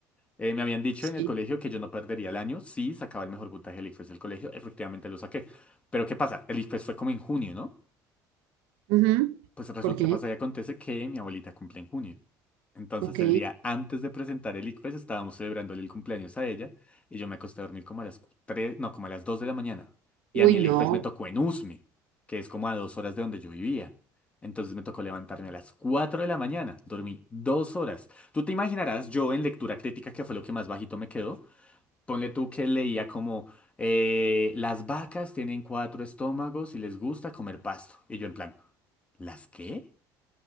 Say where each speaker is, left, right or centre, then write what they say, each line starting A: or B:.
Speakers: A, on the left; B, on the right.
A: Eh, me habían dicho
B: Sí.
A: en el colegio que yo no perdería el año si sacaba el mejor puntaje del ICFES del colegio. Efectivamente lo saqué. Pero ¿qué pasa? El ICFES fue como en junio, ¿no?
B: Ujú.
A: Pues resulta,
B: ¿Por qué?
A: pasa y acontece que mi abuelita cumple en junio. Entonces
B: Ok.
A: el día antes de presentar el ICFES estábamos celebrándole el cumpleaños a ella y yo me acosté a dormir como a las 3 no, como a las 2 de la mañana. Y
B: Uy,
A: a mí el
B: no.
A: ICFES me tocó en Usme, que es como a dos horas de donde yo vivía. Entonces me tocó levantarme a las 4 de la mañana, dormí dos horas. Tú te imaginarás, yo en lectura crítica, que fue lo que más bajito me quedó, Ponle tú que leía como eh, las vacas tienen cuatro estómagos y les gusta comer pasto. Y yo en plan, ¿las qué?